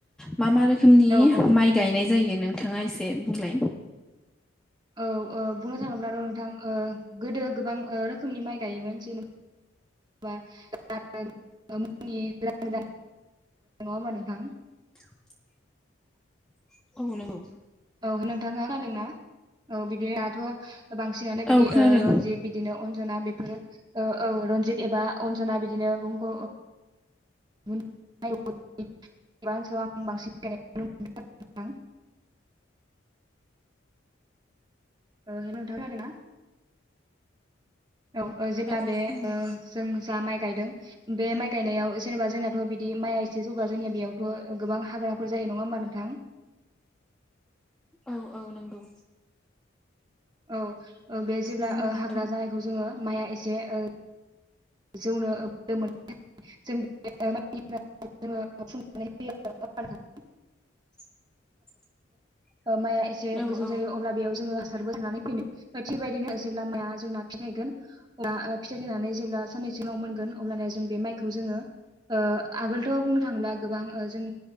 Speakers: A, in the centre; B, on the right (about 20°).
A: मा मा रोखोमनि
B: औ औ
A: माइ गायनाय जायो नोंथाङा एसे बुंलाय।
B: औ बुंनो थाङोब्लाथ' नोंथां गोदो गोबां रोखोमनि माइ गायोमोन जेने। बा <unintelligible> आरो नङा‌ होमबा नोंथां।
A: <unintelligible> औ नंगौ।
B: औ नोंथाङा खोनादोंना? औ बिदिनो दाथ' बांसिनानो बिदि
A: औ खोनादों
B: रनजित बिदिनो अनजना बेफोर। ओ औ रनजित एबा अनजना बिदिनो बंग। <unintelligible> आं बांसिन गायनायखौ नुनो मोनदों नोंथां। औ हेल' नोंथां खोनादोंना। औ जेब्ला
A: औ
B: बे
A: खोनादों
B: ओ जों जा माइखौ। गायदों बे माइ गायनायाव जेनेबा जोंनाथ' बिदि माइया एसे जौगा जोंनिया बेयावथ' गोबां। हाग्राफोर जायो नङा होमबा नोंथां।
A: औ औ नंगौ।
B: औ बे जेब्ला
A: नंगौ नोंथां
B: हाग्रा जानायखौ जोङो माइआ एसे ओ। जौनो मोन <unintelligible> जों जोङनानै होयो <unintelligible>
A: <inaudible>
B: माइआ एसे
A: औ
B: गोजौ
A: औ
B: जायो अब्ला बेयाव जोंओ हासारबो‌ सारनानै फैनो थिगबायदिनो जेब्ला माइआ जोंना फिथाइ थाइगोन बा फिथाइ थायनानै जेब्ला साननैसो उनाव मोनगोन अब्लाना जों बे माइखौ जोंओ आगोलथ' बुंनो थाङोब्ला गोबां जों।